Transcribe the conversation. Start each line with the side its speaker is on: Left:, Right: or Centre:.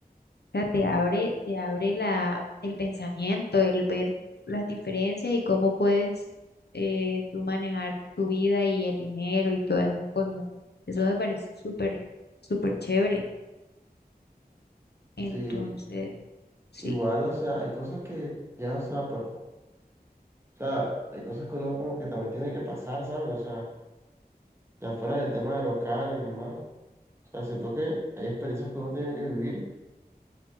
Left: o sea, te abre, te abre la, el pensamiento, el ver las diferencias y cómo puedes eh, tú manejar tu vida y el dinero y todas esas cosas. Eso me parece súper, súper chévere. Entonces,
Right: sí,
Left: sí,
Right: igual, o sea, hay cosas que ya, o sea, aparte, o sea, hay cosas que uno como que también tiene que pasar, ¿sabes? O sea, ya fuera del tema de lo caro y demás, o sea, siento que hay experiencias que uno tiene que vivir,